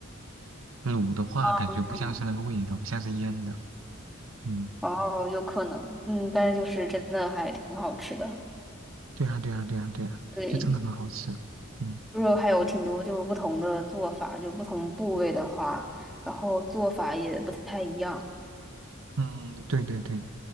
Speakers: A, on the right (about 70°); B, in the centre.
A: 卤的话，
B: 哦，
A: 感觉不像是那个味道，
B: 是吗？
A: 像是腌的。嗯，
B: 哦，有可能，嗯，但是就是真的还挺好吃的。
A: 对啊对啊对啊对啊，
B: 对，
A: 就真的很好吃。嗯
B: 猪肉还有挺多就是不同的做法，就不同部位的话，然后做法也不太一样
A: 嗯，对对对，